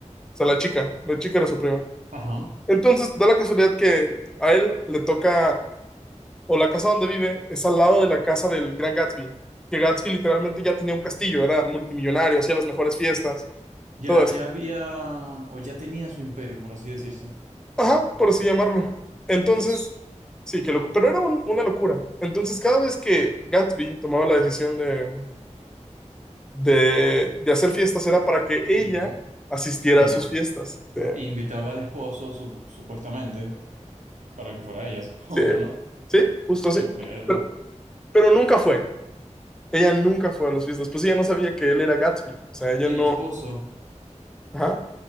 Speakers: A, in the centre; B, on the right (about 80°).
A: sea, la chica, la chica era su prima.
B: Ajá.
A: Entonces, da la casualidad que a él le toca, o la casa donde vive es al lado de la casa del gran Gatsby, que Gatsby literalmente ya tenía un castillo, era multimillonario, hacía las mejores fiestas,
B: Ya,
A: todo esto.
B: ya había, o ya tenía su imperio, por así decirse.
A: Ajá, por así llamarlo. Entonces,
B: Dios.
A: sí, que loco, pero era un- una locura. Entonces, cada vez que Gatsby tomaba la decisión de, de, de hacer fiestas, era para que ella
B: Ujú.
A: asistiera
B: Fuera.
A: a sus fiestas. Sí,
B: E invitaba al esposo, sup- supuestamente, para que fuera ella, <laughs> supongo,
A: sí,
B: ¿no?
A: sí, justo así.
B: Qué perro.
A: Pero, pero nunca fue. Ella nunca fue a las fiestas, pues ella no sabía que él era Gatsby, o sea, ella
B: Y
A: no...
B: el esposo,
A: Ajá.